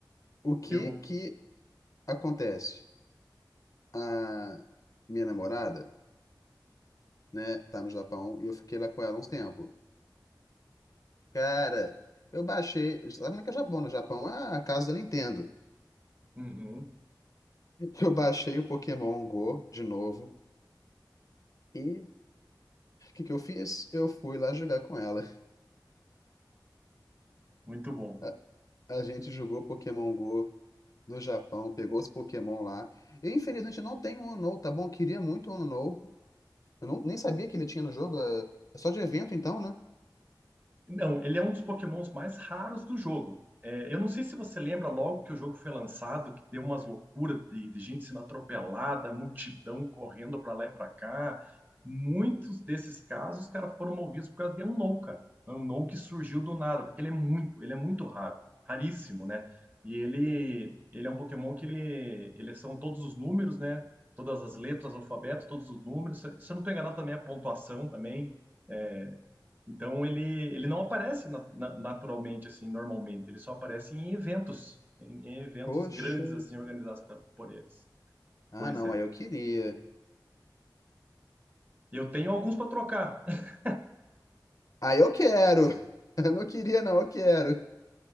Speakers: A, on the left (about 50°); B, on the right (about 25°).
A: O que
B: Eu.
A: que acontece? A minha namorada, né, tá no Japão e eu fiquei lá com ela há uns tempo. Cara, eu baixei. Sabe como é que é o Japão? No Japão, ah, a casa da Nintendo.
B: Uhum,
A: <laughs> Eu baixei o Pokémon Go de novo E o que que eu fiz? Eu fui lá jogar com ela.
B: muito bom.
A: A, a gente jogou Pokémon Go no Japão, pegou os Pokémon lá. Eu, infelizmente, não tenho um Unknown, tá bom? Eu queria muito um Unknown. Eu não, nem sabia que ele tinha no jogo. É, é só de evento, então, né?
B: Não, ele é um dos Pokémons mais raros do jogo. É, eu não sei se você lembra logo que o jogo foi lançado, que deu umas loucuras de, de gente sendo atropelada, multidão correndo para lá e para cá. Muitos desses casos, os caras foram movidos por causa de um no, cara. Um no que surgiu do nada, porque ele é muito, ele é muito raro, raríssimo, né? E ele, ele é um Pokémon que ele, ele são todos os números, né? Todas as letras, alfabeto, todos os números. Se eu não estou enganado, também a pontuação também É, então ele, ele não aparece na- na- naturalmente assim, normalmente, ele só aparece em eventos, em, em eventos
A: Poxa.
B: grandes assim organizados pela- por eles.
A: Ah,
B: Pois
A: não,
B: é.
A: aí eu queria.
B: E Eu tenho alguns para trocar. <laughs>
A: Aí eu quero! <laughs> Eu não queria, não, eu quero.